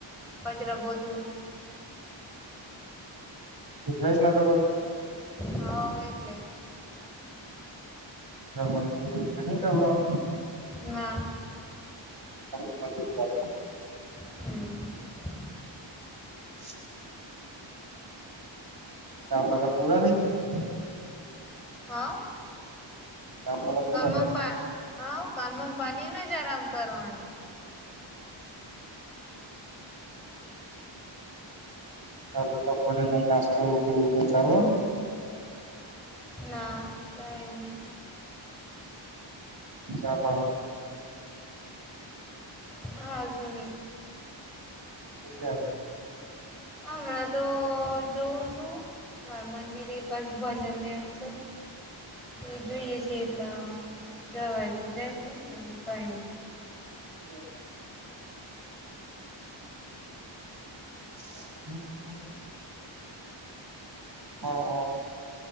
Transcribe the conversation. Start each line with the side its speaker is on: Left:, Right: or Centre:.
Centre: કચરો પોતુ
Right: એકલા એકલા કરો.
Centre: હા એકલે એકલે.
Right: ઘરમાં કોઈ છે કે કરવા વાળો.
Centre: ના.
Right: <inaudible>
Centre: હમ્મ.
Right: <inaudible> તધા પૂરા થઈ ગયા.
Centre: હા.
Right: કામ બધા પૂરા
Centre: કમમ પા હા કમ પાલીને જરામ કરવાનું.
Right: <unintelligible> થોડું કેવું કઈ <unintelligible>
Centre: ના કોઈ ની.
Right: <unintelligible> ચા પાણી
Centre: <unintelligible>
Right: <unintelligible>
Centre: હ હમણાં તો જોઉં છું માં મંદિરે બસ ભજનને આમ છે. એ જોઈએ છે એટલા જવાય તો જ <unintelligible>
Right: <unintelligible> <inaudible> હા હા.